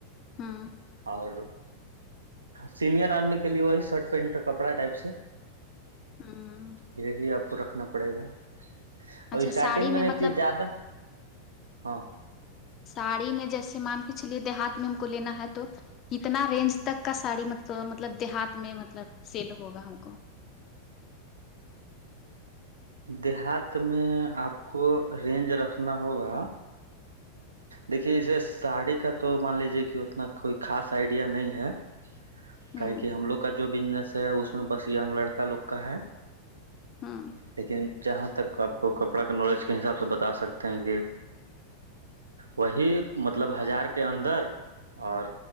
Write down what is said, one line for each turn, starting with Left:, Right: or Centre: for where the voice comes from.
Left: ہاں
Right: اور سینئر آرمی کے لیے وہی شرٹ پینٹ کا کپڑا ٹائپ سے
Left: ہمم
Right: یہی آپ کو رکھنا پڑے گا اب
Left: اچھا
Right: اسٹارٹنگ
Left: ساڑی
Right: میں ہے
Left: مطلب
Right: کہ زیادہ ہاں
Left: ساڑی میں جیسے مان کے چلیے دیہات میں ہم کو لینا ہے تو کتنا رینج تک کا ساڑی مطلب مطلب دیہات میں مطلب سیل ہوگا ہم کو
Right: دیہات میں آپ کو رینج رکھنا ہوگا دیکھیے اسے ساڑی کا تو مان لیجیے کہ اتنا کوئی خاص آئیڈیا نہیں ہے
Left: ہوں
Right: کا کہہ ہم لوگ کا جو بزنس ہے اس میں بس ینگ لڑکا لوگ کا ہے
Left: ہوں
Right: لیکن جہاں تک آپ کو کپڑا کے نالج کے حساب سے بتا سکتے ہیں کہ وہی مطلب ہزار کے اندر اور